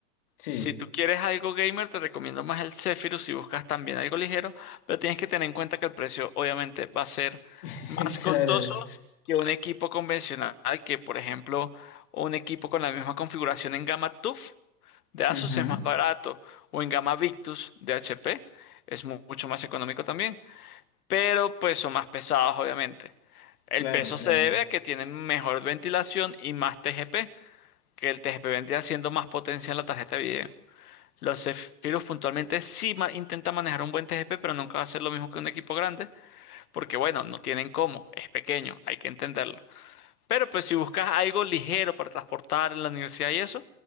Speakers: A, on the left; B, on the left.
A: Sí,
B: Si tú quieres algo gamer, te recomiendo más el Zephyrus si buscas también algo ligero, pero tienes que tener en cuenta que el precio obviamente va a ser
A: <laughs>
B: más
A: claro.
B: costoso que un equipo convencional, que por ejemplo un equipo con la misma configuración en gama TUF de Asus
A: Ujú,
B: es más barato o en gama Victus de HP es mu- mucho más económico también, pero pues son más pesados obviamente. El
A: Claro,
B: peso
A: claro.
B: se debe a que tienen mejor ventilación y más TGP, que el TGP vendría siendo más potencia en la tarjeta de video. Los Zephyrus puntualmente sí ma- intenta manejar un buen TGP, pero nunca va a ser lo mismo que un equipo grande, porque bueno, no tienen cómo, es pequeño, hay que entenderlo. Pero pues si buscas algo ligero para transportar en la universidad y eso,